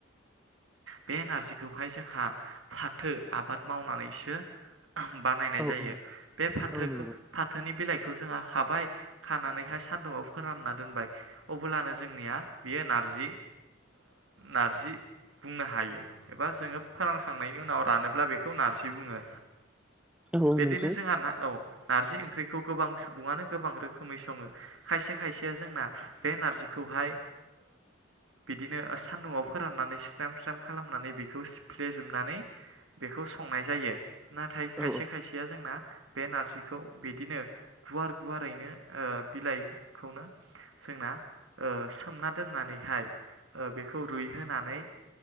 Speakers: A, on the right; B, in the centre.
A: बे नारजिखौहाय जोंहा फाथो आबाद मावनानैसो बानायनाय
B: औ
A: जायो।
B: औ
A: बे फाथोखौ
B: औ नंगौ
A: फाथोनि बिलाइखौ जोंहा खाबाय खानानैहाय सान्दुंआव फोरानना दोनबाय। अब्लानो जोंनिया बेयो नारजि नारजि बुंनो हायो एबा जोङो फोरानखांनायनि उनाव रानोब्ला बेखौ नारजि बुङो।
B: औ
A: बिदिनो
B: नोंगौ
A: जोंहा ना नारजि ओंख्रिखौ गोबां सुबुङानो गोबां रोखोमै सङो खायसे खायसेया जोंना बे नार नारजिखौहाय बिदिनो सान्दुंआव फोराननानै स्रेम स्रेम खालामनानै बेखौ सिफ्लेजोबनानै बेखौ संनाय जायो नाथाय खायसे
B: औ
A: खायसेया जोंना बे नारजिखौ बिदिनो गुवार गुवारैनो बिलाइखौनो जोंना सोमना दोननानैहाय बेखौ रुइहोनानै